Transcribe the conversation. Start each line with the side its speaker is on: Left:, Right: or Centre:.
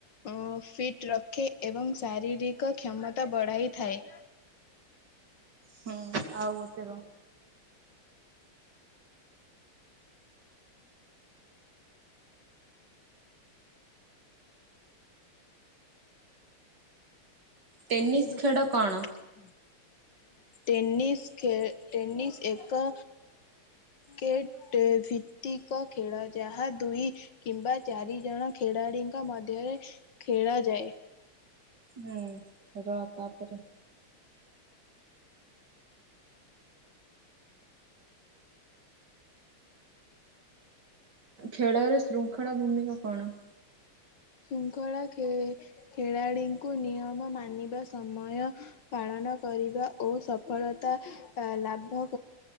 Left: ଅ ଫିଟ ରଖେ ଏବଂ ଶାରୀରିକ କ୍ଷମତା ବଢାଇଥାଏ।
Right: ହୁଁ ଆଉ ଗୋଟେ ରହ ଟେନିସ୍
Left: ଏତେ ବା
Right: ଖେଳ
Left: <unintelligible>
Right: କଣ?
Left: ଟେନିସ ଖେଳ ଟେନିସ ଏକ କ୍ରିକେଟ ଭିତ୍ତିକ ଖେଳ ଯାହା ଦୁଇ କିମ୍ବା ଚାରି ଜଣ ଖେଳାଳିଙ୍କ ମଧ୍ୟରେ ଖେଳ ଯାଏ।
Right: ହୁଁ ରହ ତାପରେ ଖେଳରେ ଶୃଙ୍ଖଳା ଭୂମିକା କଣ?
Left: ଶୃଙ୍ଖଳା ଖେ ଖେଳାଳିଙ୍କୁ ନିୟମ ମାନିବା ସମୟ ପାଳନ କରିବା ଓ ସଫଳତା ଅ ଲାଭ